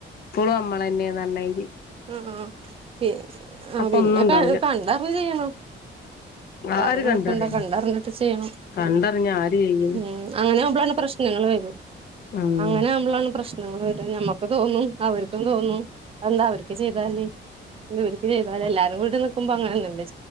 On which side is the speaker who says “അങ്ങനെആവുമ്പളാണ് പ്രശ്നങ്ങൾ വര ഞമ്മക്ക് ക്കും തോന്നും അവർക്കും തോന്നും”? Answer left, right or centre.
Right